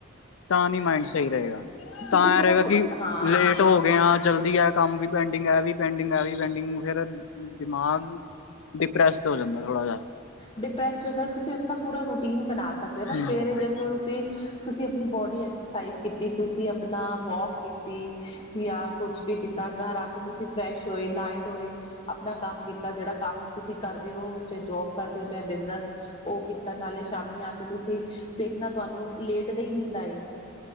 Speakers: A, on the left (about 80°); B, on the left (about 25°).
A: ਤਾਂ ਨੀ ਮਾਇੰਡ ਸਈ ਰਏਗਾ।
B: ਤੁਸੀਂ
A: ਤਾਂ
B: ਪੂਰਾ
A: ਐ ਰਏਗਾ ਕਿ
B: ਹਾਂ
A: ਲੇਟ ਹੋਗੇ ਆਂ। ਜਲਦੀ ਐ ਕੰਮ ਵੀ ਪੈਂਡਿੰਗ ਐ ਵੀ ਪੈਂਡਿੰਗ ਐ ਵੀ ਪੈਂਡਿੰਗ ਵਗੈਰਾ ਦਿਮਾਗ ਡਿਪਰੈਸਡ ਹੋ ਜਾਂਦਾ ਥੋੜ੍ਹਾ ਜਾ।
B: ਡਿਪ੍ਰੈਸ <unintelligible> ਤੁਸੀਂ ਆਪਣਾ ਪੂਰਾ ਰੂਟੀਨ ਬਣਾ ਸਕਦੇ ਓ ਨਾ
A: ਹੂੰ
B: ਸਵੇਰੇ ਜਦੋਂ ਤੁਸੀ ਤੁਸੀਂ ਆਪਣੀ ਬੋਡੀ ਐਕਸਰਸਾਈਜ਼ ਕੀਤੀ ਤੁਸੀਂ ਆਪਣਾ ਵੋਕ ਕੀਤੀ। ਯਾਂ ਕੁਛ ਵੀ ਕੀਤਾ। ਘਰ ਆ ਕੇ ਤੁਸੀ ਫਰੈਸ਼ ਹੋਏ, ਨਹਾਏ ਧੋਏ। ਆਪਣਾ ਕੰਮ ਕੀਤਾ ਜੇੜਾ ਕੰਮ ਤੁਸੀਂ ਕਰਦੇ ਓ ਚਾਹੇ ਜੋਬ ਕਰਦੇ ਹੋ ਚਾਹੇ ਬਿਜਨਸ ਓ ਕੀ ਕਿਤਾ ਨਾਲੇ ਸ਼ਾਮੀ ਆ ਕੇ ਤੁਸੀਂ ਦੇਖਣਾ ਤੁਹਾਨੂੰ ਲੇਟ ਦੇ ਹੀ ਨੀਂਦ ਆਏਗੀ।